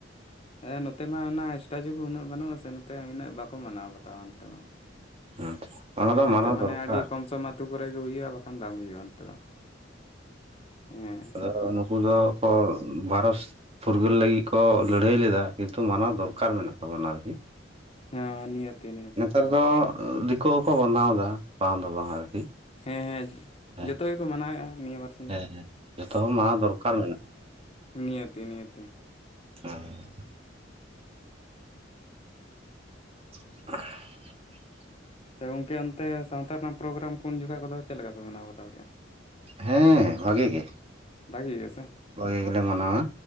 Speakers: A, on the left; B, on the right.
A: ᱦᱮᱸ ᱱᱚᱛᱮ ᱢᱟ ᱚᱱᱟ ᱮᱥᱴᱟᱪᱩ ᱠᱚ ᱩᱱᱟᱹᱜ ᱵᱟᱹᱱᱩᱜ ᱟᱥᱮ ᱱᱚᱛᱮ ᱤᱱᱟᱹᱜ ᱵᱟᱠᱚ ᱢᱟᱱᱟᱣ ᱵᱟᱛᱟᱣᱟ ᱱᱚᱛᱮ ᱢᱟ,
B: ᱟᱪᱪᱷᱟ
A: ᱛᱚ
B: ᱚᱱᱟ ᱫᱚ
A: ᱤᱱᱟᱹᱛᱮ
B: ᱢᱟᱱᱟᱣ
A: ᱢᱟᱱᱮ
B: ᱫᱚᱨᱠᱟᱨ
A: ᱟᱰᱤ ᱠᱚᱢ ᱥᱚᱢ ᱚᱛᱩ ᱠᱚᱨᱮ ᱜᱮ ᱦᱩᱭᱩᱜᱼᱟ ᱵᱟᱠᱷᱟᱱ ᱵᱟᱝ ᱦᱩᱭᱩᱜᱼᱟ, ᱫᱚ ᱦᱮᱸ
B: ᱟᱫᱚ ᱱᱩᱠᱩ ᱫᱚ ᱠᱚ ᱵᱷᱟᱨᱚᱥ, ᱯᱷᱩᱨᱜᱟᱹᱞ ᱞᱟᱹᱜᱤᱫ ᱠᱚ ᱞᱟᱹᱲᱦᱟᱹᱭ ᱞᱮᱫᱟ ᱠᱤᱱᱛᱩ ᱢᱟᱱᱟᱣ ᱫᱚᱨᱠᱟᱨ ᱢᱮᱱᱟᱜ ᱛᱟᱵᱚ ᱱᱟ ᱟᱨᱠᱤ,
A: ᱦᱮᱸ ᱱᱤᱭᱟᱹᱛᱤ ᱱᱤᱭᱟᱹᱛᱤ
B: ᱱᱮᱛᱟᱨ ᱫᱚ ᱫᱤᱠᱩ ᱦᱚᱸᱠᱚ ᱵᱱᱟᱣ ᱫᱟ ᱵᱟᱝ ᱫᱚ ᱵᱟᱝ ᱟᱨᱠᱤ,
A: ᱦᱮᱸ ᱦᱮᱸ,
B: ᱦᱮᱸ
A: ᱡᱚᱛᱚ ᱜᱮᱠᱚ ᱢᱟᱱᱟᱣᱮᱜ-ᱟ ᱱᱤᱭᱟᱹ ᱵᱟᱨ
B: ᱦᱮᱸ ᱦᱮᱸ, ᱡᱚᱛᱚ ᱢᱟᱱᱟᱣ ᱫᱚᱨᱠᱟᱨ ᱢᱮᱱᱟᱜ
A: ᱱᱤᱦᱟᱹᱛᱤ ᱱᱤᱦᱟᱹᱛᱤ᱾
B: <inaudible> <inaudible>
A: ᱟᱪᱪᱷᱟ ᱜᱚᱝᱠᱮ ᱚᱱᱛᱮ ᱥᱟᱶᱛᱟ ᱨᱮᱱᱟᱜ ᱯᱨᱳᱜᱨᱟᱢ ᱠᱚ ᱩᱱ ᱡᱚᱠᱷᱟ ᱠᱚᱫᱚ ᱪᱮᱫ ᱞᱮᱠᱟ ᱯᱮ ᱢᱟᱱᱟᱣ ᱵᱟᱛᱟᱣ ᱠᱮᱜᱼᱟ?
B: ᱦᱮᱸ ᱵᱷᱟᱜᱤ ᱜᱮ᱾
A: ᱵᱷᱟᱹᱜᱤ ᱜᱮ ᱥᱮ᱾
B: ᱵᱷᱟᱹᱜᱤ ᱜᱮᱞᱮ ᱢᱟᱱᱟᱣᱟ᱾